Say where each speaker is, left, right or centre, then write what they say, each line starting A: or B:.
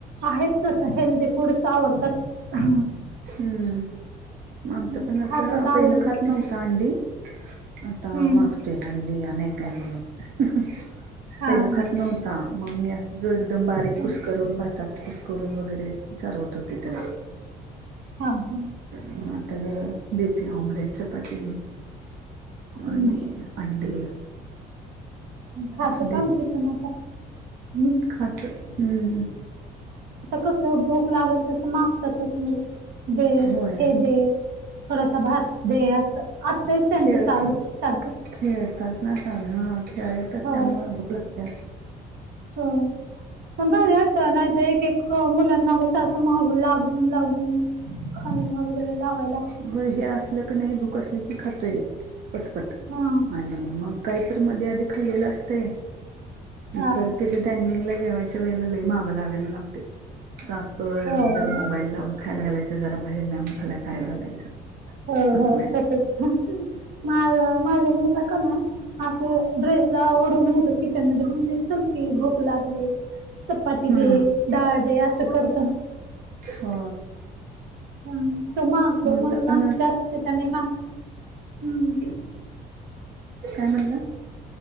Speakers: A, on the right; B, on the right.
A: आहेत तस हेल्दी फूडच आवडतात. हम
B: हम्म मग आमच
A: हं.
B: पण आता
A: खातात
B: पहिलं
A: आवडीन.
B: खात नव्हत अंडी आता
A: हं.
B: मागतोय अंडी आणाय का नाही म्हणून
A: हां.
B: पहिला खात नव्हता मग मी अस जो एकदम बारीक
A: हं.
B: कुस करून भातात कुस करून वगैरे चचाारवत होते त्याला
A: हा हा
B: मग आता जर देते ऑमलेट चपाती
A: हं.
B: आणि अंडी असं
A: खाते आमचीत पण आता हं.
B: खाते हम्म
A: कस भूक लागेल तस मागतातच म्हणजे दे
B: होय
A: हे दे थोडासा भात दे अस असत त्यांच
B: खेळ
A: चालू सारखं
B: खेळतात ना आता हा खेळतात
A: हो
B: त्यामुळे भूक लागते
A: हो पण भारी वाटत नाहीतर एक एक मुलांना कस असं माग लागून लागून खायला वगैरे लावाय लागत
B: हो हे असलं की नाही भूक असली की खातय पटपट
A: हां
B: आणि मग काय मध्ये आधी खाल्लेलं असतय
A: हां
B: पर त्याच्या टायमिंगला जेवायच्या वेळेला लय मागं लागायला लागते सारखं
A: हो
B: जरा मोबाईल लावून खायला घालायचं जरा बाहेर नेऊन खायला घालायचं
A: हो
B: असं
A: हो
B: व्हायलंय
A: तसच माझ माझ मुलगा का नाय असं ड्रेस ला ओढवून नेतो किचन मध्ये मम्मी चल की भूक लागली चपाती
B: हम्म
A: दे डाळ दे असं करत
B: हो
A: हम तो मागतो
B: आमचं
A: म्हणून
B: पण
A: जास्त कमी मा हम्म
B: काय म्हणला